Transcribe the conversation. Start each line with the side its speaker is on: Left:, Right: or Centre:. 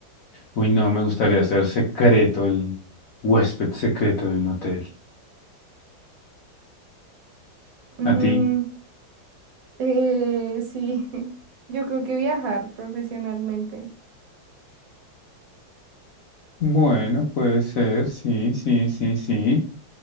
Left: uy, no, me gustaría ser secreto, el huésped secreto de un hotel.
Right: Mm,
Left: ¿A ti?
Right: eh, sí, <laughs> yo creo que viajar profesionalmente.
Left: Bueno, puede ser, sí, sí, sí, sí.